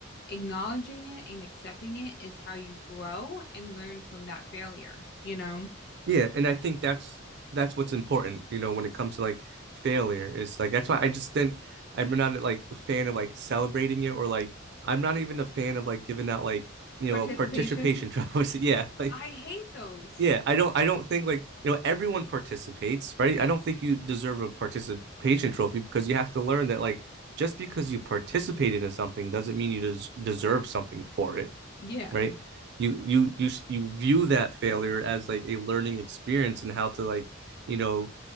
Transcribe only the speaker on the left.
acknowledging it and accepting it is how you grow and learn from that failure, you know?
Participation?
I hate those.
Yeah.